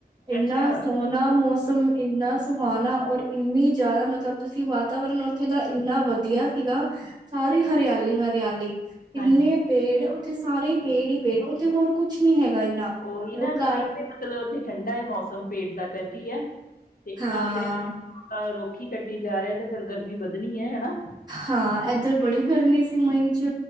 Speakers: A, on the right (about 25°); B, on the left (about 60°).
A: ਇੰਨਾ
B: ਅੱਛਾ
A: ਸੋਹਣਾ ਮੌਸਮ ਇੰਨਾ ਸੁਹਾਨਾ ਔਰ ਇੰਨੀ ਜ਼ਿਆਦਾ ਮਤਲਬ ਤੁਸੀਂ ਵਾਤਾਵਰਨ ਉਥੇ ਦਾ ਇੰਨਾ ਵਧੀਆ ਸੀਗਾ। ਸਾਰੀ
B: ਹਾਂ-
A: ਹਰਿਆਲੀ- ਹਰਿਆਲੀ ਇੰਨੇ
B: ਹਾਂਜੀ
A: ਪੇੜ ਉਥੇ ਸਾਰੇ ਹੀ ਪੇੜ ਹੀ ਪੇੜ ਉੱਥੇ ਹੋਰ ਕੁਛ ਕੁਛ ਨਹੀਂ ਹੈਗਾ ਇੰਨਾ
B: ਉਹੀ ਨਾ
A: ਉਹ ਘਰ
B: ਤਾਂ ਹੀ ਤੇ ਮਤਲਬ ਓਥੇ ਠੰਡਾ ਏ ਮੌਸਮ ਪੇਟ ਦਾ ਕਾਰਕੇ ਏ ਤੇ
A: ਹਾਂ
B: ਆਪਣੇ ਰੁਖ ਈ ਕੱਟੀ ਜਾ ਰਹੇ ਤੇ ਫੇਰ ਗਰਮੀ ਵੱਧਣੀ ਏ ਹਨਾ।
A: ਹਾਂ ਏਧਰ ਬੜੀ ਗਰਮੀ ਸੀ ਮਈ 'ਚ